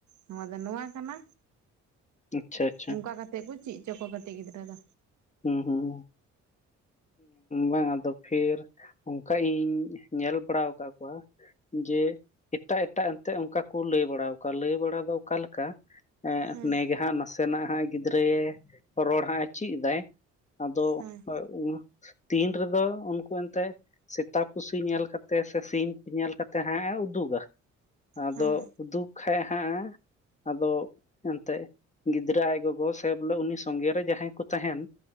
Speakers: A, on the right; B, on the left.
A: ᱱᱚᱣᱟ ᱫᱚ ᱱᱚᱣᱟ ᱠᱟᱱᱟ᱾
B: ᱟᱪᱪᱷᱟ ᱟᱪᱪᱷᱟ
A: ᱚᱝᱠᱟ ᱠᱟᱛᱮᱜ ᱠᱚ ᱪᱮᱫ ᱦᱚᱪᱚ ᱠᱟᱹᱴᱤᱡ ᱜᱤᱫᱽᱨᱟᱹ ᱫᱚ
B: ᱦᱩᱸ ᱦᱩᱸ ᱵᱟᱝ ᱟᱫᱚ ᱯᱷᱤᱨ ᱚᱝᱠᱟ ᱤᱧ ᱧᱮᱞ ᱵᱟᱲᱟ ᱠᱟᱜ ᱠᱚᱣᱟ ᱡᱮ ᱮᱴᱟᱜᱼᱮᱴᱟᱜ ᱮᱱᱛᱮᱜ ᱚᱝᱠᱟ ᱠᱩ ᱞᱟᱹᱭ ᱵᱟᱲᱟᱣ ᱠᱚᱣᱟ ᱞᱟᱹᱭ ᱵᱟᱲᱟ ᱫᱚ ᱚᱠᱟ ᱞᱮᱠᱟ ᱟᱸᱜ
A: ᱦᱮᱸ
B: ᱱᱮᱜᱮ ᱦᱟᱸᱜ ᱱᱟᱥᱮᱱᱟᱜ ᱦᱟᱸᱜ ᱜᱤᱫᱽᱨᱟᱹᱭ ᱨᱚᱲ ᱦᱟᱸᱜ ᱪᱮᱜ ᱫᱟᱭ ᱟᱫᱚ
A: ᱦᱮᱸ
B: ᱦᱚᱭ ᱩᱱ ᱛᱤᱱ ᱨᱮᱫᱚ ᱩᱱᱠᱩ ᱮᱱᱛᱮᱫ ᱥᱮᱛᱟ, ᱯᱩᱥᱤ ᱧᱮᱞ ᱠᱟᱛᱮ ᱥᱮ ᱥᱤᱢ ᱧᱮᱞ ᱠᱟᱛᱮᱜ ᱦᱟᱸᱜ ᱮ ᱩᱫᱩᱜᱟ ᱟᱫᱚ
A: ᱦᱮᱸ
B: ᱩᱫᱩᱜ ᱠᱷᱟᱡ ᱦᱟᱸᱜ ᱟᱫᱚ ᱚᱱᱛᱮᱜ ᱜᱤᱫᱽᱨᱟᱹ ᱟᱡ ᱜᱚᱜᱚ ᱥᱮ ᱵᱚᱞᱮ ᱩᱱᱤ ᱥᱚᱸᱜᱮ ᱨᱮ ᱡᱟᱦᱟᱸᱭ ᱠᱚ ᱛᱟᱦᱮᱱ